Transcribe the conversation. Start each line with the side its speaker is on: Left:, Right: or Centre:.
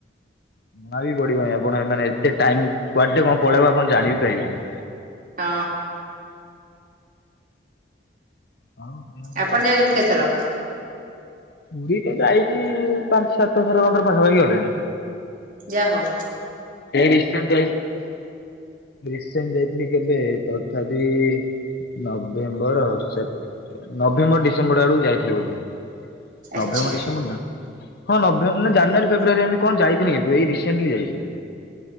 Left: ହଁ ଜଣା ବି ପଡ଼ିବନି ଆପଣ ଏ ମାନେ ଏତେ ଟାଇମ୍ କ୍ୱାଡ଼େ କଁ ପଳେଇବ ଆପଣ ଜାଣି ବି ପାରିବେନି।
Right: ହଁ।
Left: ଆଉ ଦେହ କଣ
Right: ଆପଣ
Left: କେମିତି?
Right: ଯାଉଚନ୍ତି କେତର?
Left: ପୁରୀ କା ଯଇଚି ପାଞ୍ଚ୍ ସାତଥର ଖଣ୍ଡର ପାଖାପାଖି ଗଲିଣି।
Right: ଯା ହେଉ।
Left: ଏ ରିସେନ୍ ଯାଇ ରିସେନ୍ ଯାଇଥିଲି। କେବେ ତଥାପି ନଭେମ୍ବର ସେ ନଭେମ୍ବର ଡିସେମ୍ବଡ଼ ଆଡ଼ୁ ଯାଇଥିଲି ବୋଧେ।
Right: ଆଚ୍ଛା
Left: ନଭେମ୍ବର ଡିସେମ୍ବର ନାଁ ହଁ ନଭେ ନାଁ ଜାନୁଆରୀ ଫେବୃୟାରୀ ଏମିତି କଣ ଯାଇଥିନି କିନ୍ତୁ ଏଇ ରିସେଣ୍ଟଲି ଯାଇଚି।